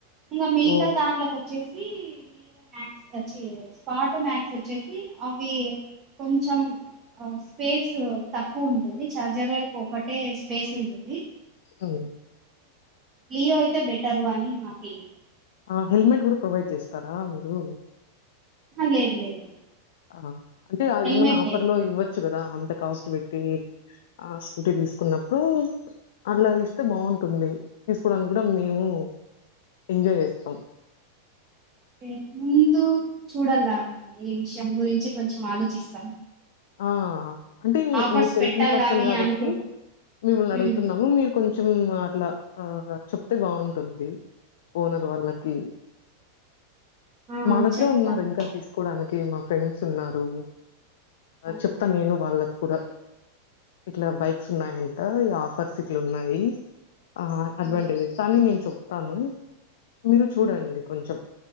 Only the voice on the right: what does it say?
ఇంకా మిగతా
దాంట్లో కొ వచ్చేసి లియో మ్యాక్స్ వచ్చి స్పాట్ మ్యాక్స్ వచ్చేసి అవి కొంచెం స్పేస్ తక్కువ ఉంటుంది చఛార్జర్ వరకు ఒకటే స్పేస్ ఉంటుంది
లీయో అయితే బెటర్వా అని నా ఫీలింగ్
లేదు లేదు
హెల్మెట్
లేదు
ే ముందు చూడాల ఈ విషయం గురించి కొంచెం ఆలోచిస్తాం
ఆఫర్స్
పెట్టాలా
అని
అనుకు
హ్మ్
ఆ
చెప్తాను
ఆ!
హ్మ్
హ్మ్.